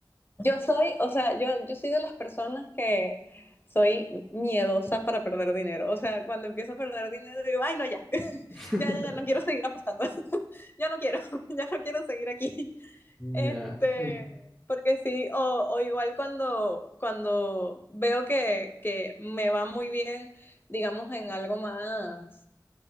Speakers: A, on the left; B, in the centre.
A: Yo soy, o sea, yo, yo soy de las personas que soy miedosa para perder dinero. O sea, cuando empiezo a perder dinero digo, ay, no, ya, <laughs>
B: <laughs>
A: ya, ya, ya, no quiero seguir apostando. <laughs> Ya no quiero, <laughs> ya no quiero seguir aquí. Este,
B: Ya. en-
A: porque sí, o, o igual cuando, cuando veo que, que me va muy bien, digamos, en algo más,